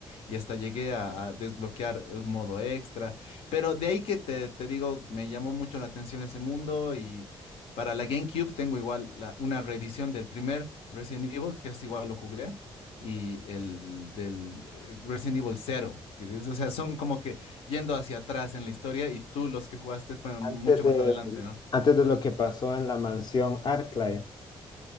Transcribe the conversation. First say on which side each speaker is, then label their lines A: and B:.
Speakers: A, on the left; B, on the left.
A: y hasta llegué a, a desbloquear un modo extra. Pero de ahí que te, te digo, me llamó mucho la atención ese mundo y para la GameCube tengo igual la- una reedición del primer Resident Evil, que es igual lo jugué, y el del eh, Resident Evil cero que dices, o sea, son como que yendo hacia atrás en la historia y tú los que jugaste fueron
B: Antes
A: mucho
B: de,
A: más adelante, ¿no?
B: antes de lo que pasó en la mansión Arclight.